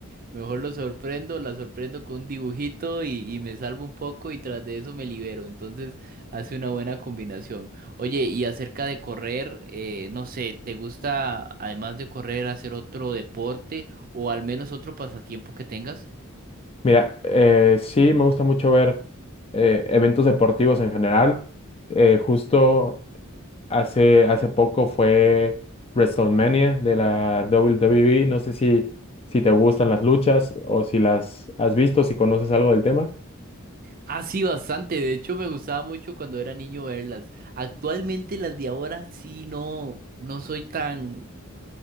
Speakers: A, on the right; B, on the left.
A: mejor lo sorprendo, la sorprendo con un dibujito y, y me salvo un poco y tras de eso me libero. Entonces hace una buena combinación. Oye, y acerca de correr, eh, no sé, ¿te gusta además de correr hacer otro deporte o al menos otro pasatiempo que tengas?
B: Mira, eh, sí me gusta mucho ver eh, eventos deportivos en general. Eh, justo hace, hace poco fue WrestleMania de la WWE. No sé si, si te gustan las luchas o si las has visto, si conoces algo del tema.
A: Ah, sí, bastante. De hecho, me gustaba mucho cuando era niño verlas. Actualmente las de ahora sí no, no soy tan